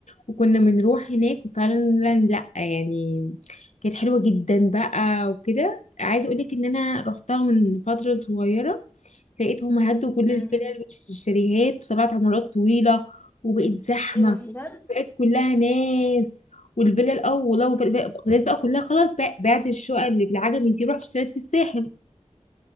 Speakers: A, on the left; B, on the left.
A: وكنا بنروح هناك وفعلا لا يعني كانت حلوة جدا بقى وكده عايزة اقولك ان انا رحتها من فترة صغيرة لقيتهم هدوا كل
B: مم.
A: الفلل والشاليهات وطلعت عمارات طويلة وبقت زحمة
B: ايه ده بجد
A: بقت كلها ناس والفلل اه والله والفلل بقى الفلل بقى كلها خلاص بقى بعت الشقق اللي بالعجمي دي رحت اشتريت في الساحل